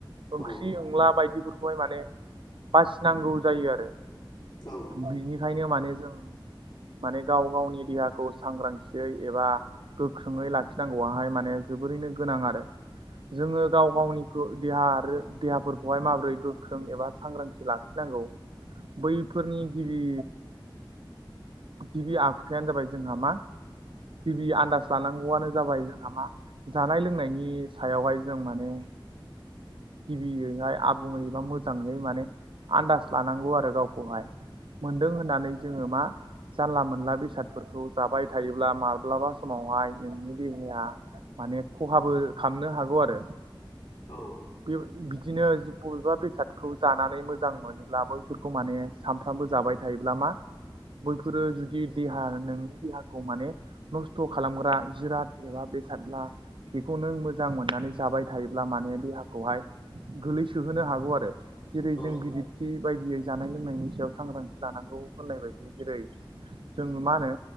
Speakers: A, on the right; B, on the left.
A: ओंख्रि
B: औ
A: अनला बायदिफोरखौहाय माने बासिनांगौ जायो आरो
B: औ
A: बिनिखायनो माने जों माने गाव गावनि देहाखौ सांग्रांथियै एबा गोख्रोङै लाखिनांगौआाहाय माने जोबोरैनो गोनां आरो जोङो गाव गावनिखौ देहा आरो देहाफोरखौहाय माबोरै गोख्रों एबा सांग्रांथि लाख नांगौ बैफोरनि गिबि गिबि आखुथायानो जाबाय जोंहा मा गिबि आन्दाज लानांगौआनो जाबाय जोंहा मा जानाय लोंनायनि सायावहाय जों माने गिबियैहाय आबुङै बा मोजाङै माने आन्दास लानांगौ आरो गावखौहाय मोनदों होननानै जोङो मा जानला मोनला बेसादफोरखौ जाबाय थायोब्ला माब्लाबा समावहाय नोंनि देहाया माने खहाबो खालामनो हागौ आरो
B: औ
A: बे बिदिनो बबेबा बेसादखौ जानानै मोजां मोनोब्ला बयफोर खौ माने सानफ्रामबो जाबाय थायोब्ला मा बैफोरो जुदि देहा नोंनि देहाखौ माने नस्थ' खालामग्रा जिराद एबा बेसादब्ला बेखौ नों मोजां मोननानै जाबाय थायोब्ला माने देहाखौहाय गोलैसोहोनो हागौ आरो जेरै
B: औ
A: जों बििदिरथि बायदियै जानाय लोंनायनि सायाव सांग्रांथि लानांगौ होननाय बायदि जेरै जो मा होनो